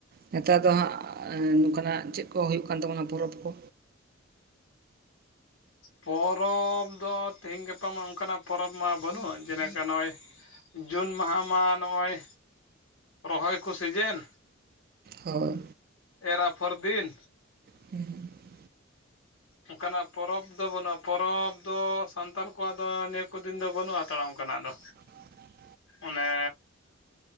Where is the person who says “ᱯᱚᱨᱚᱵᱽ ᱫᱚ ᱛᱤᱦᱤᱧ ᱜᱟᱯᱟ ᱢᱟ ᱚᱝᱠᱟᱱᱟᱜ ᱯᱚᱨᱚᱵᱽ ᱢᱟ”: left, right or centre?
Left